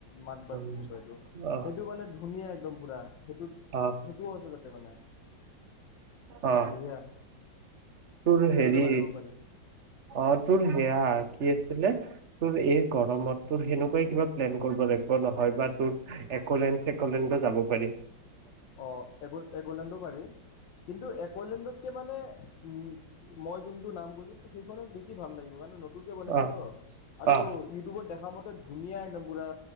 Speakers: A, on the left; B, on the right.
A: মাত বাথ
B: অ
A: বুলি কয় এইটো। সেইটো মানে ধুনীয়া একদম পুৰা সেইটোত,
B: অ
A: সেইটোও আছে তাতে মানে,
B: অ
A: বঢ়িয়া।
B: তোৰ
A: সেইটোতো
B: হেৰি,
A: গা ধুব পাৰি
B: অ তোৰ হেয়া কি আছিলে, তোৰ এই গৰমত তোৰ সেনেকুৱাই কিবা প্লেন কৰিব লাগিব নহয়, বা তোৰ এক'লেণ্ড চেক'লেণ্ডতো যাব পাৰিম।
A: অঃ, এগুল এগলেণ্ডো পাৰি। কিন্তু একলেণ্ডতকে মানে উম, মই জোনটো নাম কৈছোঁ সেইখনত বেছি ভাল লাগিব কাৰণ নতুনকৈ বনাইছে
B: অ
A: তো, আৰু
B: অ
A: ইউটিউবত দেখা মতে ধুনীয়া একদম পুৰা